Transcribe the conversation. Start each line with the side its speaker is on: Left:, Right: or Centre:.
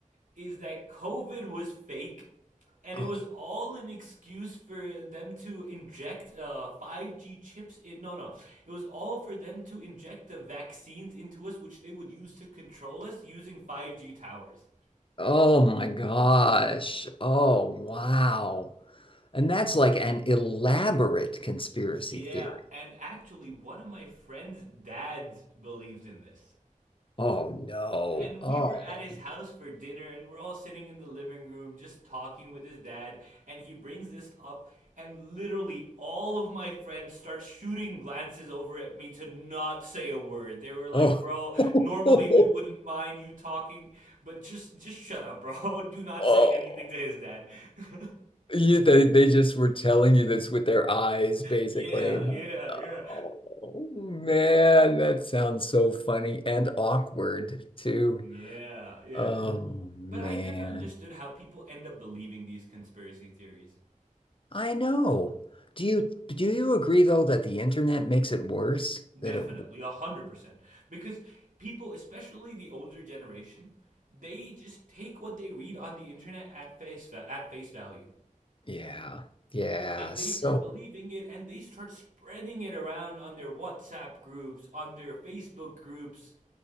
Right: is that COVID was fake and
Left: Oh,
Right: it was all an excuse for them to inject uh, 5G chips in. No, no. It was all for them to inject the vaccines into us, which they would use to control us using 5G towers.
Left: oh my gosh. Oh, wow. And that's like an elaborate conspiracy
Right: Yeah,
Left: theory.
Right: and actually, one of my friend's dads believed in this.
Left: Oh no.
Right: and we
Left: Oh
Right: were at his house for dinner and we're all sitting in the living room just talking with his dad and he brings this up and literally all of my friends start shooting glances over at me to not say a word they were like
Left: Oh.
Right: bro
Left: <laughs>
Right: normally we wouldn't mind you talking but just just shut up bro <laughs> do not
Left: Oh.
Right: say anything to his dad <laughs>
Left: You, they, they just were telling you this with their eyes, basically.
Right: yeah yeah yeah
Left: Oh, man, that sounds so funny and awkward too.
Right: yeah yeah
Left: Oh, man.
Right: but i never understood how people end up believing these conspiracy theories
Left: I know. Do you do you agree though that the internet makes it worse?
Right: Definitely,
Left: That it,
Right: a hundred percent. Because people, especially the older generation, they just take what they read on the internet at face va- at face value,
Left: yeah, yeah.
Right: and
Left: So,
Right: they start believing it, and they start spreading it around on their WhatsApp groups, on their Facebook groups,